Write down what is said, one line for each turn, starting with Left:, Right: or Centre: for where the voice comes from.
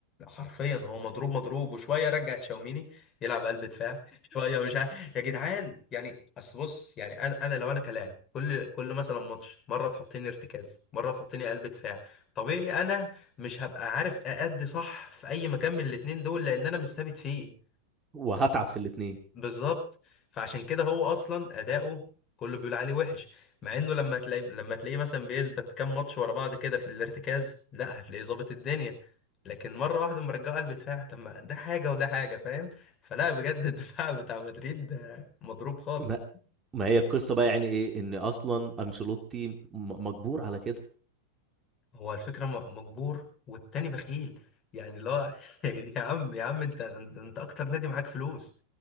Left: حرفيا هو مضروب مضروب وشويه رجع تشاوميني يلعب قلب دفاع شويه مش عارف يا جدعان يعني اصل بص يعني انا انا لو انا كلاعب كل كل مثلا ماتش مره تحطني ارتكاز مره تحطني قلب دفاع طبيعي انا مش هبقى عارف اادي صح في اي مكان من الاتنين دول لان انا مش ثابت فيه
Right: وهتعب في الاثنين
Left: بالظبط فعشان كده هو اصلا اداؤه كله بيقول عليه وحش مع انه لما تلاقي لما تلاقيه مثلا بيثبت كام ماتش ورا بعض كده في الارتكاز لا هتلاقيه ظابط الدنيا لكن مره واحده مرجعه قلب دفاع طب ما ده حاجه وده حاجه فاهم فلا بجد الدفاع <laughs> بتاع مدريد ده مضروب خالص
Right: ما... ما هي القصه بقى يعني ايه ان اصلا انشيلوتي م- مجبور على كده
Left: هو الفكره م- مجبور والتاني بخيل يعني لا <laughs> يا جد- يا عم يا عم انت انت أنت اكتر نادي معاك فلوس